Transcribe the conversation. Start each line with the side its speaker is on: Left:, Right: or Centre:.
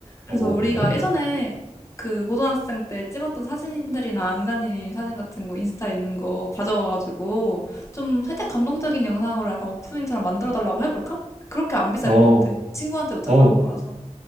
Left: 그래서
Right: 어,
Left: 우리가
Right: 그래?
Left: 예전에 그 고등학생 때 찍었던 사진들이나 은사님 사진 같은 거 인스타에 있는 거 가져와가지고, 좀 살짝 감동적인 영상으로 약간 오프닝처럼 만들어 달라고 해볼까? 그렇게 안 비쌀
Right: 어,
Left: 것 같아. 친구한테 부탁하는
Right: 어,
Left: 거라서.